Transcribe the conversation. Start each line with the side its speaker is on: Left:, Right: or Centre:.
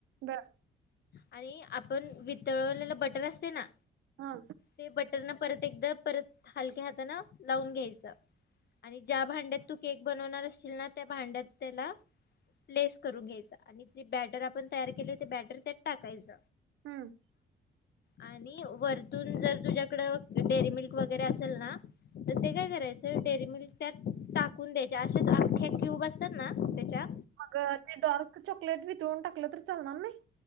Right: बरं.
Left: आणि, आपण वितळवलेलं बटर असते ना
Right: हा
Left: ते बटर न परत एकदा परत हलक्या हाताने लावून घ्यायचा आणि ज्या भांड्यात तू केक बनवणार असशील ना त्या भांड्यात त्याला प्लेस करून घ्यायचा आणि जे बॅटर आपण तयार केली ते बॅटर त्यात टाकायच
Right: हम्म
Left: आणि वरतून जर तुझ्याकडं डेअरी मिल्क वगैरे असेल ना तर ते काय करायचं डेअरी मिल्क त्यात टाकून द्यायच्या अशेच अख्ख्या क्यूब असतात ना त्याच्या
Right: मगं ते डार्क चॉकलेट वितळून टाकलं तर चालणार नाही?